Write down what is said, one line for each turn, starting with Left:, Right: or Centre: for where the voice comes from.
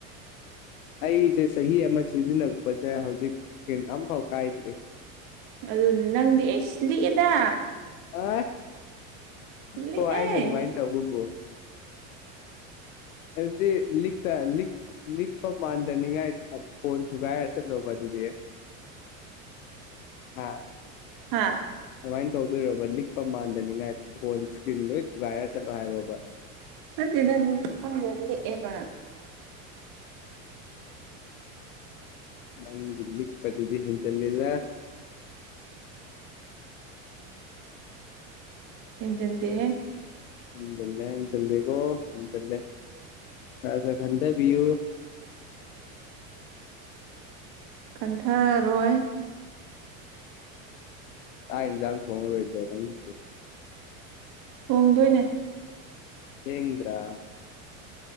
Left: ꯑꯩꯁꯦ ꯆꯍꯤ ꯑꯃ ꯁꯤꯖꯤꯟꯅꯔꯛꯄꯁꯦ ꯍꯧꯖꯤꯛ ꯏꯁꯀ꯭ꯔꯤꯟ ꯑꯝꯐꯥꯎ ꯀꯥꯏꯗ꯭ꯔꯤ
Right: ꯑꯗꯨꯅꯤ ꯅꯪꯗꯤ ꯑꯩ ꯂꯤꯛꯑꯦꯗ
Left: ꯑ
Right: ꯂꯤꯛꯑꯦ
Left: ꯄꯣ ꯍꯥꯏꯗꯦ ꯑꯗꯨꯃꯥꯏꯅ ꯇꯧꯕꯕꯨ ꯑꯗꯨꯗꯤ ꯂꯤꯛ ꯂꯤꯛ ꯅꯤꯛꯄ ꯃꯥꯟꯗꯅꯤꯉꯥꯏ ꯐꯣꯟ ꯊꯨꯒꯥꯏꯔ ꯆꯠꯂꯣꯕ ꯑꯗꯨꯗꯤ ꯍꯥ
Right: ꯍꯥ
Left: ꯑꯗꯨꯃꯥꯏꯅ ꯇꯧꯗꯣꯏꯔꯣꯕ ꯅꯤꯛꯄ ꯃꯥꯟꯗꯅꯤꯉꯥꯏ ꯐꯣꯟ ꯏꯁꯀ꯭ꯔꯤꯟ ꯂꯣꯏ ꯊꯨꯒꯥꯏꯔ ꯆꯠꯂꯣ ꯍꯥꯏꯔꯣꯕ
Right: ꯃꯗꯤꯦ ꯑꯗꯨ ꯈꯪꯗꯦꯗꯤꯑꯕ
Left: ꯅꯪ ꯏꯅꯤꯛ ꯄꯊꯗꯤ ꯌꯦꯆꯤꯜꯂꯦꯗ
Right: ꯍꯦꯟꯖꯤꯟꯗꯦ
Left: ꯍꯟꯖꯜꯂꯦ ꯍꯟꯖꯜꯂꯦꯀꯣ ꯍꯟꯖꯜꯂꯦ ꯈꯔ ꯈꯔ ꯈꯟꯊꯕꯤꯌꯨ
Right: ꯀꯟꯊꯔꯣꯏ
Left: ꯇꯥ ꯏꯟꯖꯥꯥꯡ ꯊꯉ ꯔꯦꯗꯪꯁꯤ <inaudible>
Right: ꯍꯣꯡꯗꯣꯏꯅꯦ
Left: ꯊꯦꯡꯗ꯭ꯔꯥ